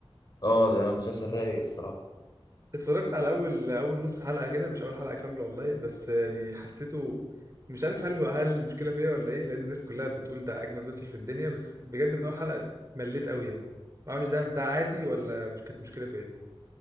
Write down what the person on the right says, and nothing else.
اتفرجت على اول اول نص حلقه كده مش اول حلقه كامله والله بس يعني حسيته مش عارف هل هو هل المشكله فيا ولا ايه لان الناس كلها بتقول ده اجمل مسلسل في الدنيا بس بجد من اول حلقه مليت قوي يعني ما اعرفش ده ده عادي ولا مش كانت مشكله فيا